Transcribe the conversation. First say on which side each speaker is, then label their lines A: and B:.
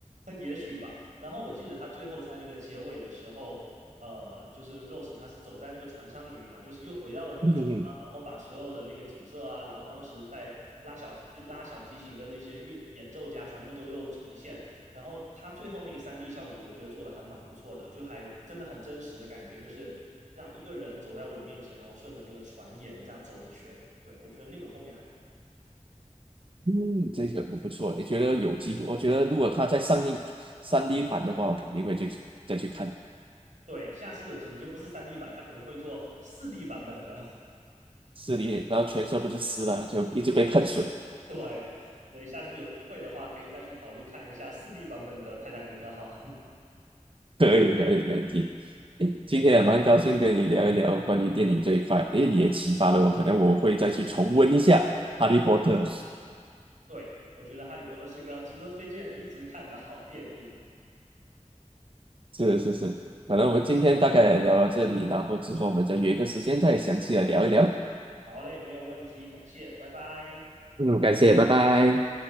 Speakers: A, on the right (about 80°); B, on the right (about 45°).
A: <laughs> 也许吧。然后我记得他最后在那个结尾的时候，呃，就是 Rose 他是走在那个船舱里面嘛，就是又回到了那个船舱，
B: <laughs> 嗯嗯，
A: 然后把所有的那个景色啊，然后当时在拉小拉小提琴的那些乐演奏家全部都又重现。然后他最后那个三 d 效果，我觉得做的还蛮不错的，就还真的很真实的感觉，就是像一个人走在我面前，然后顺着那个船沿这样走一圈。对，我觉得那个后面还。
B: 嗯这个不错，也觉得有机会。我觉得如果他再上映三 d 版的话，我肯定会去再去看
A: 对，下次的可能就不是三 d 版，他可能会做四 d 版本的。
B: 四 d 然后全身不是湿了，就一直被喷水。<laughs>
A: <laughs> 对，所以下次有机会的话，可以再去考虑看一下四 d 版本的《泰坦尼克号》。
B: 可以可以，没问题。诶，今天也蛮高兴跟你聊一聊关于电影这一块。诶，你也启发了我，可能我会再去重温一下《哈利波特》。
A: <laughs> 对，我觉得《哈利波特》是个值得推荐、一直看的好电影。
B: 是是是，可能我们今天大概聊到这里，然后之后我们再约一个时间再详细的聊一聊。
A: 好嘞，没有问题，感谢，拜拜。
B: 嗯，感谢，拜拜。